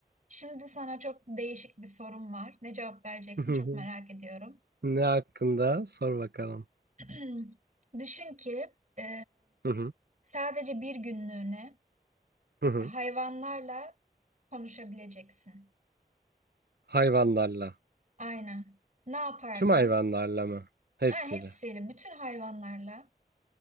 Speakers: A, on the right; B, on the right.
A: Şimdi sana çok değişik bir sorum var. Ne cevap vereceksin
B: Hı hı.
A: çok merak ediyorum.
B: Ne hakkında? Sor bakalım.
A: <clears throat> Düşün ki e,
B: Hı hı.
A: sadece bir günlüğüne
B: Hı hı.
A: hayvanlarla konuşabileceksin.
B: Hayvanlarla.
A: Aynen. Ne yapardın?
B: Tüm hayvanlarla mı? Hepsiyle.
A: Aynen hepsiyle, bütün hayvanlarla